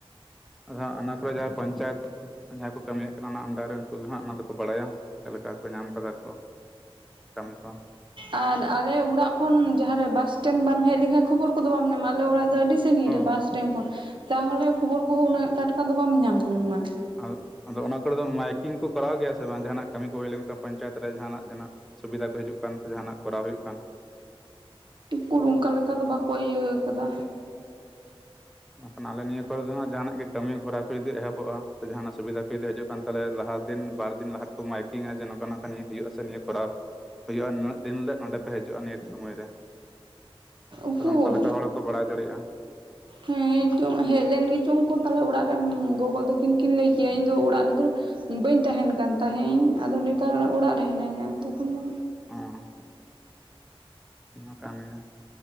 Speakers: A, in the centre; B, on the right (about 55°).
A: ᱟᱫᱚ ᱦᱟᱸᱜ ᱚᱱᱟ ᱠᱚᱨᱮ ᱡᱟᱦᱟᱸᱭ ᱯᱚᱧᱪᱟᱭᱮᱛ ᱡᱟᱦᱟᱸᱭ ᱠᱚ ᱠᱟᱹᱢᱤᱭᱮᱫ ᱠᱟᱱᱟ ᱚᱱᱟ ᱟᱱᱰᱟᱨ ᱨᱮ ᱩᱱᱠᱩ ᱜᱮ ᱦᱟᱸᱜ ᱚᱱᱟ ᱫᱚᱠᱚ ᱵᱟᱲᱟᱭᱟ ᱪᱮᱫ ᱞᱮᱠᱟ ᱠᱚ ᱧᱟᱢ ᱠᱟᱫᱟ ᱠᱚ ᱠᱟᱢᱤ ᱠᱚ
B: ᱟᱨ ᱟᱞᱮ ᱚᱲᱟᱜ ᱠᱷᱚᱱ ᱡᱟᱦᱟᱸ ᱨᱮ ᱵᱟᱥ ᱥᱴᱮᱱ ᱵᱟᱢ ᱦᱮᱡ ᱞᱮᱱᱠᱷᱟᱱ ᱠᱷᱚᱵᱚᱨ ᱠᱚᱫᱚ ᱵᱟᱢ ᱧᱟᱢᱟ ᱟᱞᱮ ᱚᱲᱟᱜ ᱫᱚ ᱟᱹᱰᱤ ᱥᱟᱺᱜᱤᱧ
A: ᱦᱚᱸ
B: ᱨᱮ ᱵᱟᱥᱼᱼ <unintelligible> ᱠᱷᱚᱱ ᱛᱟᱦᱚᱞᱮ ᱠᱷᱚᱵᱚᱨ ᱠᱚᱦᱚᱸ ᱩᱱᱟᱹᱜ ᱴᱟᱴᱠᱟ ᱫᱚ ᱵᱟᱢ ᱧᱟᱢᱟ
A: ᱟᱨ ᱟᱫᱚ ᱚᱱᱟ ᱠᱚᱨᱮ ᱫᱚ ᱢᱟᱭᱠᱤᱝ ᱠᱚ ᱠᱚᱨᱟᱣ ᱜᱮᱭᱟ ᱥᱮ ᱵᱟᱝ ᱡᱟᱦᱟᱱᱟᱜ ᱠᱟᱢᱤ ᱠᱚ ᱦᱩᱭ ᱞᱮᱱ ᱠᱷᱟᱱ ᱯᱚᱧᱪᱟᱭᱮᱛ ᱨᱮ ᱡᱟᱦᱱᱟᱜ ᱡᱟᱦᱱᱟᱜᱼᱼ ᱥᱩᱵᱤᱫᱷᱟ ᱠᱚ ᱦᱤᱡᱩᱜ ᱠᱟᱱ ᱥᱮ ᱡᱟᱦᱟᱱᱟᱜ ᱠᱚᱨᱟᱣ ᱦᱩᱭᱩᱜ ᱠᱟᱱ
B: ᱩᱠᱩᱨ ᱚᱱᱠᱟ ᱞᱮᱠᱟ ᱫᱚ ᱵᱟᱠᱚ ᱤᱭᱟᱹ ᱠᱟᱫᱟ
A: ᱢᱮᱱ ᱠᱷᱟᱱ ᱟᱞᱮ ᱱᱤᱭᱟᱹ ᱠᱚᱨᱮ ᱫᱚ ᱦᱟᱸᱜ ᱡᱟᱦᱟᱱᱟᱜ ᱜᱮ ᱠᱟᱹᱢᱤ ᱦᱚᱨᱟ ᱠᱚ ᱡᱩᱫᱤ ᱮᱦᱚᱵᱚᱜᱼᱟ ᱥᱮ ᱡᱟᱦᱟᱱᱟᱜ ᱥᱩᱵᱤᱫᱷᱟ ᱠᱚ ᱦᱤᱡᱩᱜ ᱛᱟᱦᱚᱞᱮ ᱞᱟᱦᱟ ᱫᱤᱱ ᱵᱟᱨ ᱫᱤᱱ ᱞᱟᱦᱟ ᱛᱮᱠᱚ ᱢᱟᱭᱠᱤᱝᱟ ᱡᱮ ᱱᱚᱝᱠᱟ ᱱᱚᱝᱠᱟ ᱱᱤᱭᱟᱹ ᱦᱩᱭᱩᱜᱼᱟ ᱥᱮ ᱱᱤᱭᱟᱹ ᱠᱚᱨᱟᱣᱼᱼ ᱦᱩᱭᱩᱜᱼᱟ ᱱᱤᱱᱟᱹᱜ ᱫᱤᱱ ᱦᱤᱞᱳᱜ ᱱᱚᱰᱮ ᱯᱮ ᱦᱤᱡᱩᱜᱼᱟ ᱱᱤᱭᱟᱹ ᱥᱚᱢᱚᱭ ᱨᱮ
B: ᱩᱠᱩᱨ
A: ᱛᱟᱦᱚᱞᱮ ᱚᱱᱠᱟ ᱞᱮᱠᱟ ᱦᱚᱲ ᱦᱚᱸᱠᱚ ᱵᱟᱲᱟᱭ ᱫᱟᱲᱮᱭᱟᱜᱼᱟ
B: ᱦᱮᱸ ᱪᱚᱝ ᱦᱮᱡ ᱞᱮᱱ ᱜᱮᱪᱚᱝ ᱠᱚ ᱛᱟᱦᱞᱮ ᱚᱲᱟᱜ ᱨᱮᱱ ᱜᱚᱜᱚ ᱛᱟᱹᱠᱤᱱ ᱠᱤᱱ ᱞᱟᱹᱭ ᱠᱮᱭᱟ ᱤᱧ ᱫᱚ ᱚᱲᱟᱜ ᱨᱮᱫᱚᱼᱼ ᱵᱟᱹᱧ ᱛᱟᱦᱮᱱ ᱠᱟᱱ ᱛᱟᱦᱮᱸ ᱤᱧ ᱟᱫᱚ ᱱᱮᱛᱟᱨ ᱚᱲᱟᱜ ᱨᱮ ᱦᱤᱱᱟᱹᱧᱟ ᱛᱚᱠᱷᱚᱱ ᱫᱚ
A: ᱦᱮᱸ ᱢᱟ ᱠᱟᱹᱢᱤ ᱢᱮ